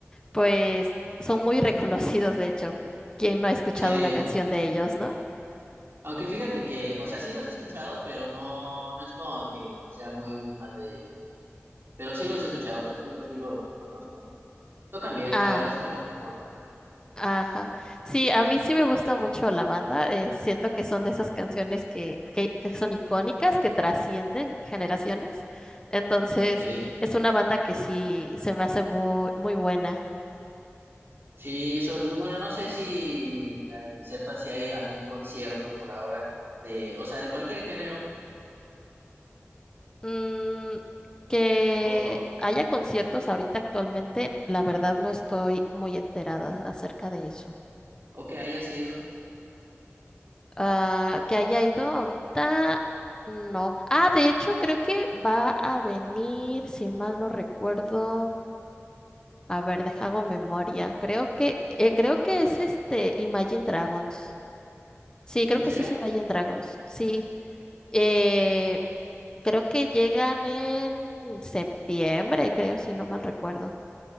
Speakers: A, on the left; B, on the right.
A: pues son muy <laughs> reconocidos, de hecho. ¿Quién no ha escuchado
B: Sí.
A: una canción de ellos, no?
B: Aunque fíjate que, o sea, sí los he escuchado, pero no, no es como que sea muy, muy fan de ellos. Pero sí los he escuchado, o sea, sí los, sí los conozco. Tocan bien,
A: Ah,
B: la verdad sí me gusta cómo tocan.
A: ajá. Sí, a mí sí me gusta mucho la banda. eh, siento que son de esas canciones que, que, que son icónicas, que trascienden generaciones. Entonces,
B: Sí,
A: es una banda que sí se me hace muy, muy buena.
B: sí, so- no- bueno, no sé si eh, sepa si hay algún concierto por ahora de, o sea, de cualquier género
A: Mm, que
B: o,
A: haya conciertos ahorita actualmente, la verdad no estoy muy enterada acerca de eso.
B: o que haya sido.
A: Ah, que haya ido ahorita, no. Ah, de hecho, creo que va a venir, si mal no recuerdo. A ver, deja hago memoria. Creo que, eh, creo que es este Imagine Dragons. Sí,
B: ¿Es
A: creo
B: en
A: que
B: serio?
A: sí es Imagine Dragons. Sí. Eh, creo que llegan en septiembre, creo, si no mal recuerdo.